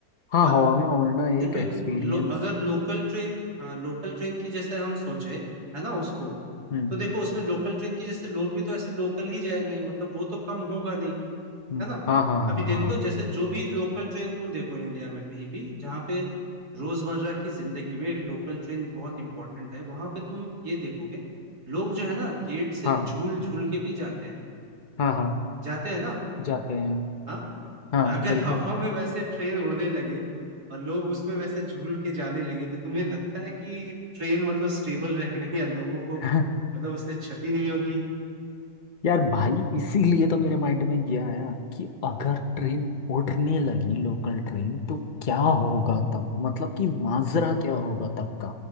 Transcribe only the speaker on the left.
हाँ
हवा में उड़ना एक
एक्सपीरियंस
हम्म
हम्म,
हाँ हाँ
हाँ
हाँ हाँ
हाँ हाँ
जाते हैं
हाँ
बिल्कुल
<laughs>
यार भाई इसीलिए तो मेरे माइंड में ये आया कि अगर ट्रेन उड़ने लगी लोकल ट्रेन तो क्या होगा तब मतलब कि माजरा क्या होगा तब का